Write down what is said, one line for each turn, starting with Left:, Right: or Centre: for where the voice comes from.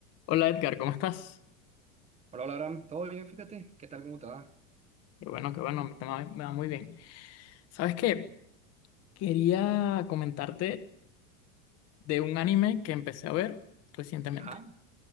Left: Hola Edgar, ¿cómo estás?
Right: Hola, hola, Abraham. ¿Todo bien? Fíjate. ¿Qué tal? ¿Cómo te va?
Left: Qué bueno, qué bueno, a mí también me va muy bien. ¿Sabes qué? Quería comentarte de un anime que empecé a ver recientemente.
Right: Ajá.